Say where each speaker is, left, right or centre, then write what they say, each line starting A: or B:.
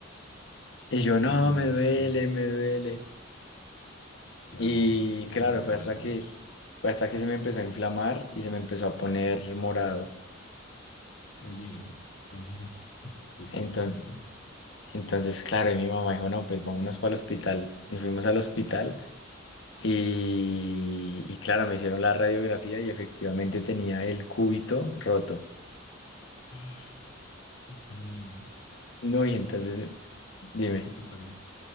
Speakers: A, on the left; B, on the left.
A: Y yo,
B: pero
A: no,
B: es lo
A: me
B: normal,
A: duele, me duele.
B: claro,
A: Y
B: es
A: claro,
B: lo normal,
A: fue hasta
B: de
A: que,
B: hecho.
A: fue hasta que se me empezó a inflamar y se me empezó a poner morado.
B: Oye, oye, oye, <laughs> eso está
A: Entonces
B: peligroso.
A: Entonces, claro, y mi mamá dijo, no, pues vámonos para el hospital. Y fuimos al hospital y, y claro, me hicieron la radiografía y efectivamente tenía el cúbito roto.
B: <sighs> Ah, Dios mío.
A: No, y
B: ¿Y
A: entonces, dime,
B: cuál fue el tratamiento?